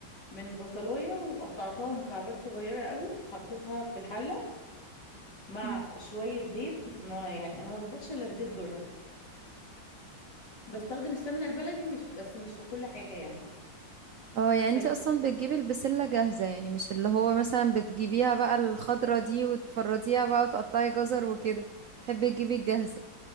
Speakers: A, on the left (about 55°); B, on the right (about 80°).
A: من بصلايه وقطعتها مكعبات صغيره قوي حطيتها في الحله مع
B: مم.
A: شويه زيت ما يعني انا ما بطبخش الا بزيت ذره بستخدم السمنه البلدي مش بس مش في كل حاجه يعني
B: اه يعني انت
A: تمام
B: اصلا بتجيبي البسلة جاهزة يعني مش اللي هو مثلا بتجيبيها بقى الخضرة دي وتفرديها بقى وتقطعي جزر وكده تحبي تجيبي الجاهزة